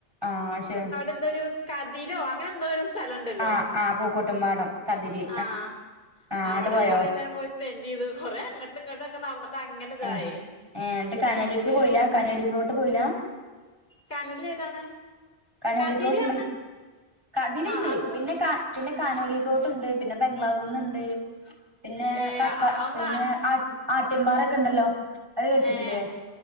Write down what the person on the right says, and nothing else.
ആഹ് അക്ഷേ
ആഹ് ആഹ് പൂക്കോട്ടുംപാടം കതിര്
ആഹ്
അങ്ങട് പോയോ
ഏഹ് ഏഹ് എന്നിട്ട് കനോലിക്ക്
പോയില്ല കനോലി പ്ലോട്ട് പോയില്ല
കനാലി
പേട്ടുണ്ടല്ലോ
കതിരുണ്ട്.
പിന്നെ കാ പിന്നെ കാനോലി തോട്ടുണ്ട്. പിന്നെ ബംഗ്ലാകുന്നുണ്ട്. പിന്നെ
കക്ക.
പിന്നെ. ആട്ടിൻപാറൊക്കെ ഉണ്ടല്ലോ. അത് കേട്ടിട്ടില്ലേ